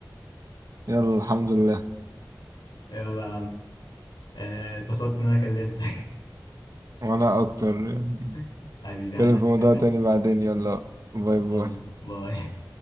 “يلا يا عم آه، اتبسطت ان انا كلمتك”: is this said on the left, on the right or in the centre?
Left